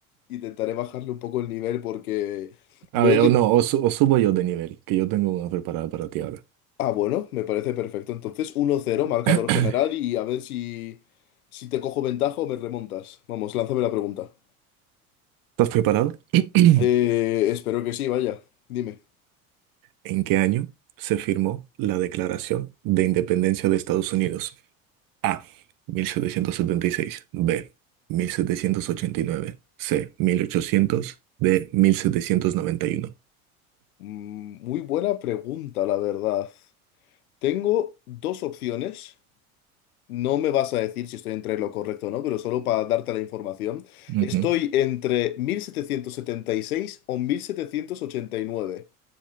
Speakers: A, on the left; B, on the right.
A: Intentaré bajarle un poco el nivel porque veo
B: A ver,
A: que...
B: o no, o, su- o subo yo de nivel, que yo tengo una preparada para ti ahora.
A: Ah, bueno, me parece perfecto. Entonces, 1-0, marcador
B: <clears throat> ¿Estás
A: general y a ver si, si te cojo ventaja o me remontas. Vamos, lánzame la pregunta.
B: preparado? <clears throat>
A: Eh, espero que sí, vaya. Dime.
B: ¿En qué año se firmó la Declaración de Independencia de Estados Unidos? A. 1776, B. 1789, C. 1800, D. 1791.
A: Mm, Muy buena pregunta, la verdad. Tengo dos opciones. No me vas a decir si estoy entre lo correcto o no, pero solo para darte la información,
B: Ujú.
A: estoy entre 1776 o 1789.